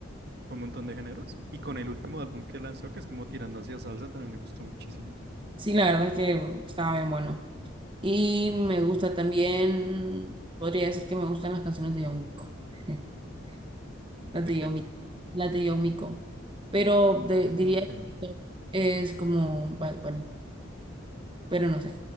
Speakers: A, on the right; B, on the right.
A: con un montón de géneros. Y con el último álbum que lanzó, que es como tirando hacia salsa, también me gustó muchísimo.
B: Sí, la verdad es que estaba bien bueno. Y me gusta también, podría decir que me gustan las canciones de Yomiko. <laughs> Las
A: ¿De
B: de
A: qué?
B: Yomiko. Las de Yomiko. Pero de-
A: Ah,
B: diría
A: ok.
B: que mi top es como Bad Bunny. pero no sé.